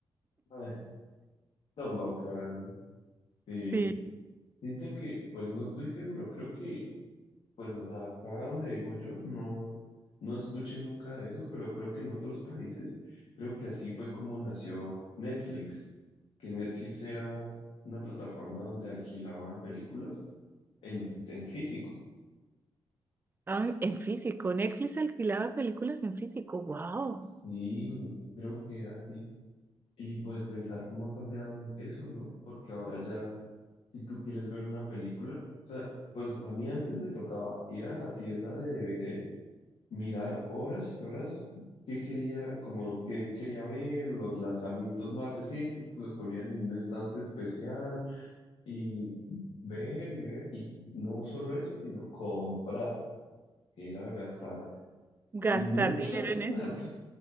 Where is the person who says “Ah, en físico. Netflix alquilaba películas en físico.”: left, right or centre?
Right